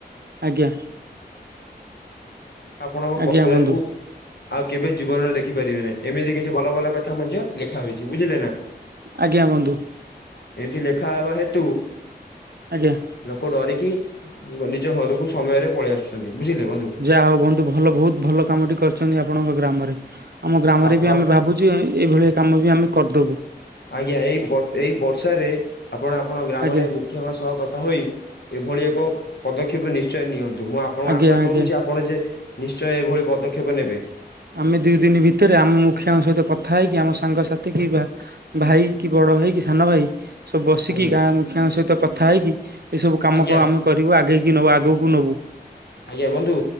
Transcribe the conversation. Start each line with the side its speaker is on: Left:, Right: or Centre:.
Right: ଆଜ୍ଞା।
Left: ଆପଣଙ୍କ
Right: ଆଜ୍ଞା
Left: ପରିବାରକୁ
Right: ବନ୍ଧୁ।
Left: ଆଉ କେବେ ଜୀବନରେ ଦେଖିପାରିବେ ନାହିଁ ଏମିତି କିଛି ଭଲ ଭଲ କଥା ମଧ୍ୟ ଲେଖା ହୋଇଚି ବୁଝିଲେ ନା।
Right: ଆଜ୍ଞା ବନ୍ଧୁ।
Left: ଏମିତି ଲେଖାହବା ହେତୁ
Right: ଆଜ୍ଞା।
Left: ଲୋକ ଡରିକି ନିଜ ଘରକୁ ସମୟରେ ପଳେଇ ଆସୁଚନ୍ତି ବୁଝିଲେ ବନ୍ଧୁ।
Right: ଯାହା ହଉ ବନ୍ଧୁ ଭଲ ବହୁତ ଭଲ କାମ ଟି କରିଚନ୍ତି ଆପଣଙ୍କ ଗ୍ରାମରେ ଆମ ଗ୍ରାମରେ
Left: ଆପ
Right: ବି ଆମେ ଭାବୁଚୁ ଯେ ଏଇଭଳିଆ କାମ ବି ଆମେ କରିଦେବୁ।
Left: ଆଜ୍ଞା ଏଇ ବ ଏଇ ବର୍ଷାରେ ଆପଣ ଆପଣ ଗ୍ରାମରେ
Right: ଆଜ୍ଞା
Left: ମୁଖ୍ୟ ଙ୍କ ସହ କଥା ହୋଇ ଏଭଳି ଏକ ପଦକ୍ଷେପ ନିଶ୍ଚୟ ନିଅନ୍ତୁ ମୁଁ ଆପଣଙ୍କୁ
Right: ଆଜ୍ଞା
Left: ଆଶା
Right: ଆଜ୍ଞା।
Left: କରୁଚି ଆପଣ ଯେ ନିଶ୍ଚୟ ଏଭଳି ପଦକ୍ଷେପ ନେବେ।
Right: ଆମେ ଦି ଦିନ ଭିତରେ ଆମ ମୁଖିଆଙ୍କ ସହିତ କଥା ହେଇକି ଆମ ସାଙ୍ଗସାଥି କି ବା ଭାଇ କି ବଡ ଭାଇ କି ସାନ ଭାଇ ସବୁ ବସିକି
Left: ଆଜ୍ଞା
Right: ଗାଁ ମୁଖିଆଙ୍କ ସହିତ କଥା ହେଇକି ଏଇ ସବୁ କାମ
Left: ଆଜ୍ଞା
Right: କଣ ଆମେ କରିବୁ ଆଗେଇକି ନବୁ ଆଗକୁ ନବୁ।
Left: ଆଜ୍ଞା ବନ୍ଧୁ